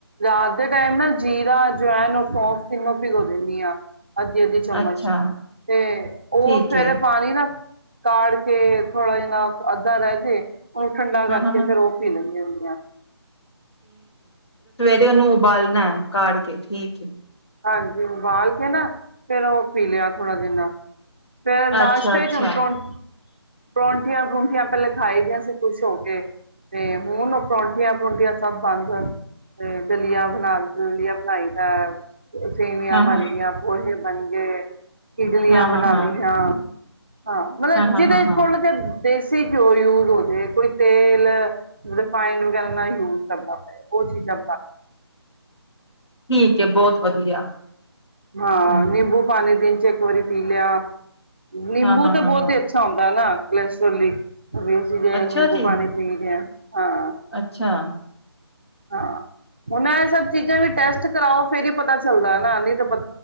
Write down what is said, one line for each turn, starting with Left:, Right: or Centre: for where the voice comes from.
Right: ਰਾਤ ਦੇ ਟਾਈਮ ਨਾ ਜੀਰਾ, ਅਜਵੈਨ ਔਰ ਸੌਂਫ ਤਿੰਨੋਂ ਭਿਗੋ ਦਿੰਨੀ ਆਂ ਅੱਦੀ, ਅੱਦੀ ਚੱਮਚ
Left: ਅੱਛਾ
Right: ਤੇ ਓ
Left: ਠੀਕ
Right: ਸਵੇਰੇ
Left: ਹੈ
Right: ਪਾਣੀ ਨਾ ਕਾੜ ਕੇ ਥੋੜਾ <unintelligible> <unintelligible> ਓ ਠੰਡਾ ਕਰਕੇ
Left: ਹਾਂ ਹਾਂ ਹਾਂ
Right: ਫੇਰ ਓ ਪੀ ਲੈਂਨੀ ਹੁੰਨੀ ਆਂ।
Left: ਤੇ ਓਨੂੰ ਉਬਾਲਨੈ ਕਾੜ ਕੇ ਠੀਕ ਠੀਕ।
Right: ਹਾਂਜੀ, ਉਬਾਲ ਕੇ ਨਾ ਫੇਰ ਓ ਪੀ ਲਿਆ ਥੋੜਾ ਜੇਆ ਨਾਲ, ਫੇਰ ਅ ਨਾਸ਼ਤੇ
Left: ਅੱਛਾ ਅੱਛਾ
Right: ਚ ਹੋਂ ਪ ਪਰੌਂਠੀਆਂ, ਪੂਰੂੰਠੀਆਂ ਪੈਲੇ ਖਾਈ ਦੀਆਂ ਸੀ ਖੁਸ਼ ਹੋ ਕੇ, ਤੇ ਹੁਨ ਓ ਪਰੌਂਠੀਆਂ, ਪੂਰੂੰਠੀਆਂ ਸਬ ਬੰਦ ਤੇ ਦਲੀਆ ਬਣਾ ਦਲੀਆ ਬਣਾਈ ਦੈ। ਸੇਵੀਆਂ
Left: ਹਾਂ
Right: ਬਣਦੀਆਂ
Left: ਹਾਂ
Right: ਪੋਹੇ ਬੰਗੇ। ਇਡਲੀਆ
Left: ਹਾਂ
Right: ਬਨਾ
Left: ਹਾਂ ਹਾਂ
Right: ਲਈਆਂ। ਹਾਂ, ਮਲਬ ਜਿਦੇ
Left: ਹਾਂ ਹਾਂ ਹਾਂ
Right: ਦੇਸੀ ਘਿਓ ਯੂਜ ਹੋ ਜੇ, ਕੋਈ ਤੇਲ, ਰਿਫਾਈਂਡ ਵਗੈਰਾ ਨਾ ਯੂਜ ਕਰਨਾ ਪਏ, ਓ ਚੀਜਾਂ
Left: ਠੀਕ ਹੈ ਬਹੁਤ ਵਧੀਆ
Right: ਹਾਂ
Left: ਹਮ
Right: ਨਿੰਬੂ ਪਾਨੀ ਦਿਨ ਚੇ ਇੱਕ ਵਾਰੀ ਪੀ ਲਿਆ ਨਿੰਬੂ
Left: ਹਾਂ ਹਾਂ
Right: ਤੇ
Left: ਹਾਂ
Right: ਭੋਤ
Left: ਹਾਂ
Right: ਹੀ ਅੱਛਾ ਹੁੰ ਨਾ, ਕਲੇਸ਼ਲੀ ਅਸੀ ਜੇ
Left: ਅੱਛਾ
Right: ਨਿੰਬੂ
Left: ਜੀ
Right: ਪਾਣੀ ਪੀ ਗਿਆ ਹਾਂ।
Left: ਅੱਛਾ।
Right: ਹਾਂ, ਹੂਨ ਐ ਸਭ ਚੀਜਾਂ ਵੀ ਟੈਸਟ ਕਰਾਓ, ਫੇਰ ਈ ਪਤਾ ਚੱਲਦਾ। ਨਾ ਨਈ ਤੇ